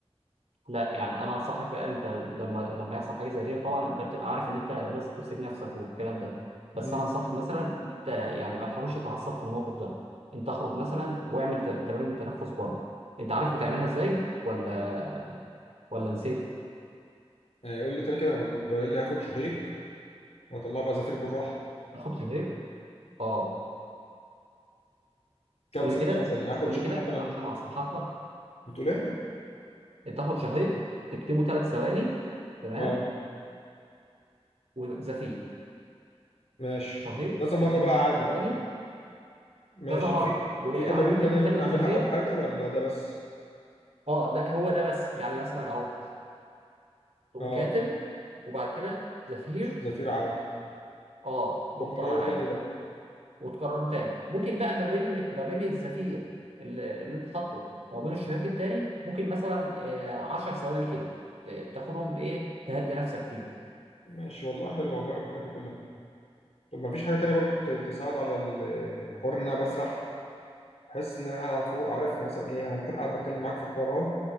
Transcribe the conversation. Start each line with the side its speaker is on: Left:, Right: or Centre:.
Right: لا يعني انا انصحك بقى انت لما لما يحصل حاجه زي دي طبعا انت بتبقى عارف ان انت لازم تمسك نفسك والكلام ده بس
Left: امم
Right: انا انصحك مثلا ان انت يعني ما تحاولش تتعصب في الموقف ده انت اخرج مثلا واعمل ت- تمارين التنفس بره انت عارف بتعملها ازاي ولا ولا نسيت؟
Left: آه، قول لي تاني كده انا كنت كنت قايل لي هاخد شهيق واطلعه بقى زفير بالراحه
Right: تاخد بريك؟ اه
Left: كام
Right: قول
Left: ثانية
Right: لي كده
Left: مثلا يعني هاخد
Right: قول
Left: شكل
Right: لي كده
Left: لحد ما ن-
Right: عشان اصحح لك
Left: بتقول ايه؟
Right: تاخد شهيق تكتمه ثلاث ثواني تمام
Left: اه
Right: وزفير
Left: ماشي
Right: شهيق
Left: كذا مرة
Right: تكتمه
Left: بقى
Right: ثلاث
Left: عادي
Right: ثواني
Left: بقى ماشي
Right: كذا مره
Left: في
Right: ويعني
Left: في تمارين
Right: ممكن
Left: تانية
Right: تخلي
Left: ممكن اعملها
Right: الزفير
Left: او حاجة ولا ده بس؟
Right: اه لا هو ده بس يعني مثلا اهو تقوم
Left: اه
Right: كاتم وبعد كده زفير
Left: زفير عادي
Right: اه يقوم
Left: وقرار
Right: طالع عادي
Left: تاني بقى
Right: وتكرره تاني ممكن بقى ما بين ما بين الزفير اللي, اللي انت حاطه وما بين الشهيق التاني ممكن مثلا آه 10 ثواني كده آه، تاخدهم ايه تهدي نفسك فيه
Left: ماشي والله حلو هجرب الحاجات دي كلها طب ما فيش حاجة تانية برضو ت- تساعد على الحوار ان انا بسرح احس ان انا قاعد على فوق عارف مثلا ايه انا ممكن قاعد بتكلم معاك في حوار اهو